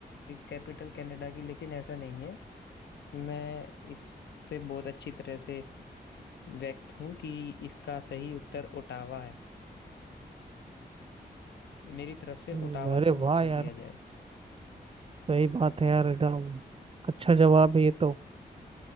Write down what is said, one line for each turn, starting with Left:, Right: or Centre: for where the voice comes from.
Left: कैपिटल कनाडा की लेकिन ऐसा नहीं है मैं इससे बहुत अच्छी तरह से व्यक्त हूँ कि इसका सही उत्तर ओटावा है मेरी तरफ से
Right: हम्म,
Left: ओटावा
Right: अरे
Left: को लॉक
Right: वाह
Left: कर
Right: यार
Left: दिया जाए
Right: सही बात है यार एकदम अच्छा जवाब है ये तो